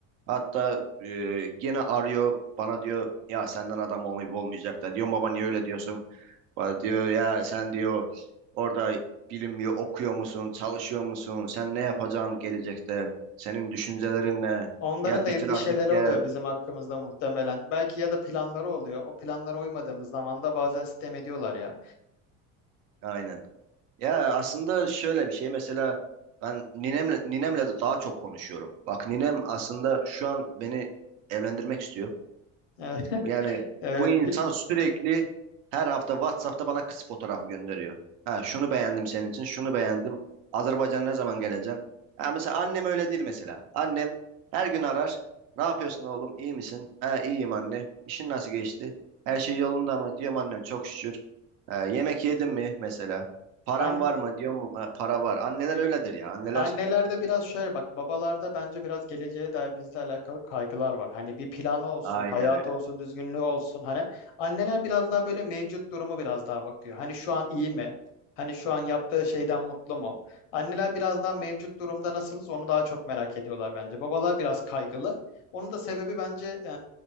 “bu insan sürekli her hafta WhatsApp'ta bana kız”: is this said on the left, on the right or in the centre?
Right